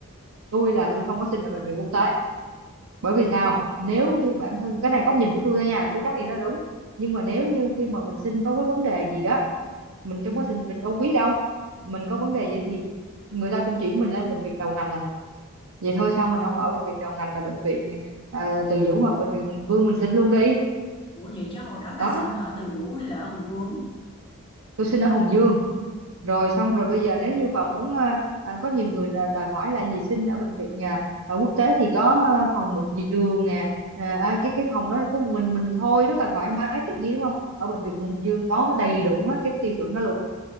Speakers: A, on the right; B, on the left.
A: tôi là tôi không có xin ở bệnh viện quốc tế bởi vì sao nếu như bản thân cái này góc nhìn của tôi thôi nha chứ chắc gì nó đúng nhưng mà nếu như khi mà mình xin có cái vấn đề gì đó mình trong quá trình mình đâu biết đâu mình có vấn đề gì thì người ta cũng chuyển mình lên bệnh viện đầu ngành là vậy thôi sao mình không ở bệnh viện đầu ngành là bệnh viện ờ, Từ Dũ hoặc bệnh viện Hùng Vương mình xin luôn đi
B: Ủa vậy chứ hồi đó bà
A: đó
B: sinh ở Từ Dũ hay là ở Hùng Vương?
A: tôi xin ở Hùng Dương rồi xong rồi bây giờ nếu như bà muốn ờ, ờ, có nhiều người là đòi hỏi là gì xin ở bệnh viện ờ, ở quốc tế thì có ờ, phòng một giường nè Ờ, à, cái cái phòng đó có một mình mình thôi rất là thoải mái tiện nghi đúng không ở bệnh viện Hùng Dương có đầy đủ hết cái tiêu chuẩn đó luôn